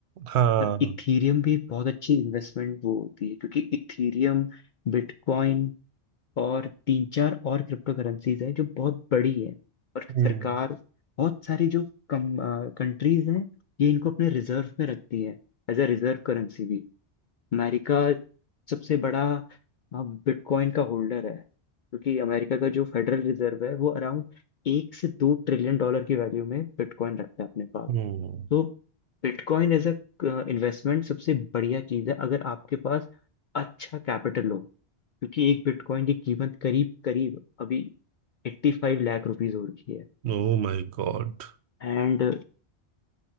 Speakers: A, on the right (about 75°); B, on the left (about 55°).
A: हाँ
B: पर इथीरियम भी बहुत अच्छी इन्वेस्टमेंट वो होती है क्योंकि इथीरियम बिटकॉइन और तीन चार और क्रिप्टो करेंसीज हैं जो बहुत बड़ी है और
A: हम्म
B: सरकार बहुत सारी जो कम कंट्रीज हैं ये इनको अपने रिजर्व में रखती है एज अ रिजर्व करेंसी भी अमेरिका सबसे बड़ा बिटकॉइन का होल्डर है क्योंकि अमेरिका का जो फेडरल रिजर्व है वो अराउंड एक से दो ट्रिलियन डॉलर की वैल्यू में बिटकॉइन रखता है अपने पास
A: हम्म
B: तो बिटकॉइन एज अ इन्वेस्टमेंट सबसे बढ़िया चीज है अगर आपके पास अच्छा कैपिटल हो क्योंकि एक बिटकॉइन की कीमत करीब करीब अभी एट्टी फाइव लाख रुपीज हो रखी है
A: Oh my god
B: एंड